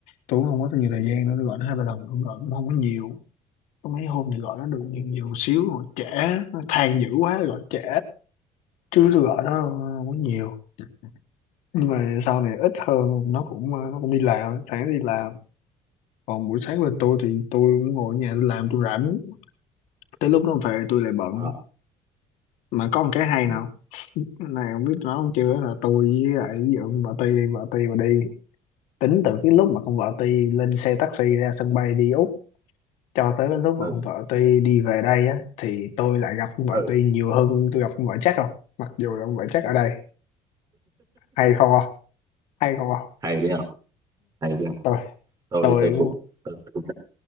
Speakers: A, on the left (about 85°); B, on the right (about 30°).
A: tôi cũng không có nhiều thời gian nữa tôi gọi nó hai ba lần cũng gọi cũng không có nhiều có mấy hôm thì gọi nó được nhiều, nhiều một xíu rồi trễ nó than dữ quá gọi trễ chứ tôi gọi nó không có nhiều nhưng mà sau này ít hơn nó cũng ờ, nó cũng đi làm sáng đi làm còn buổi sáng bên tôi thì tôi cũng ngồi ở nhà tôi làm tôi rảnh tới lúc nó về tôi lại bận
B: à,
A: mà có một cái hay
B: ừ,
A: nào này không biết nói không chưa là tôi với lại ví dụ vợ Ti đi vợ Ti mà đi tính từ cái lúc mà con vợ Ti lên xe taxi ra sân bay đi Úc cho tới cái lúc mà
B: ừ,
A: con vợ Ti đi về đây á thì tôi lại gặp con vợ
B: ừ.
A: Ti nhiều hơn tôi gặp con vợ chắc không mặc dù là con vợ chắc ở đây hay không không hay không không
B: hay đi không hay đi không
A: tôi
B: tôi
A: tôi
B: tôi cũng tôi cũng